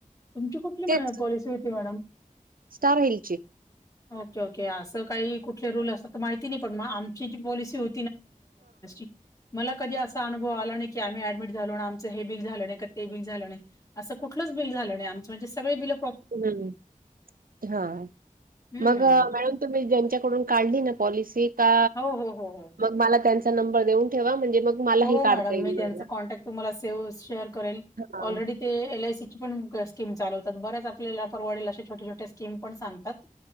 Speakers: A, on the left; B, on the right.
A: तुमची कुठली
B: तेच
A: पॉलिसी होती मॅडम
B: स्टार हेल्थची
A: ओके, ओके असं काही कुठले रूल असतात तर माहिती नाही पण म आमची जी पॉलिसी हो <unintelligible> मला कधी अनुभव आला नाही की आम्ही ऍडमिट झालो आमचं हे बि झालं नाही का ते बिल झालं नाही असं कुठलंच बिल झालं नाही आमचं सगळे बिल
B: हम् हा
A: हम्म
B: मग मॅडम तुम्ही ज्यांच्याकडून काढलीय ना पॉलिसी का
A: हो हो हो हो
B: मला त्याचा नंबर देऊन ठेवा म्हणजे मग मलाही
A: हो
B: काढता
A: मॅडम
B: येईल
A: मी त्यांचा
B: महिना
A: कॉन्टॅक्ट तुम्हाला सेव शेअर करेल
B: हा
A: ऑलरेडी ते एल आय सीची पण स्कीम चालवतात बऱ्याच आपल्याला परवडेल असशे छोटे, छोटे कीम पण सांगतात.